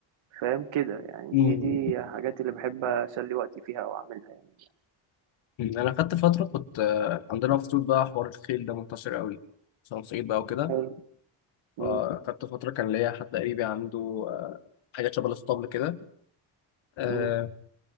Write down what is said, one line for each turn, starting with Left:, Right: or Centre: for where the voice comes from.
Right: فاهم كده يعني
Left: مم.
Right: دي دي حاجات اللي بحب اسلي وقتي فيها او اعملها يعني
Left: مم. انا خدت فتره كنت آه، عندنا في اسيوط بقى حوار الخيل ده منتشر قوي عشان صعيد بقى وكده
Right: حلو مم.
Left: فخدت فتره كان ليا حد قريبي عنده آه، حاجات شبه الاسطبل كده آه،
Right: مم.